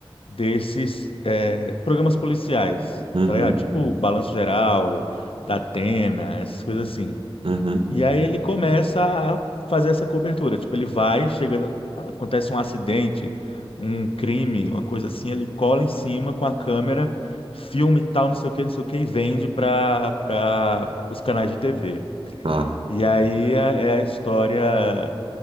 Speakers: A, on the left; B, on the right.
A: desses eh, programas policiais,
B: uhum,
A: tá ligado? Tipo Balanço Geral, da Datena, essas coisas assim.
B: uhum,
A: E aí ele começa a fazer essa cobertura, tipo ele vai, chega, acontece um acidente, um crime, uma coisa assim, ele cola em cima com a câmera, filme e tal, não sei o que, não sei o que, e vende para para os canais de TV.
B: tá,
A: E aí é é a história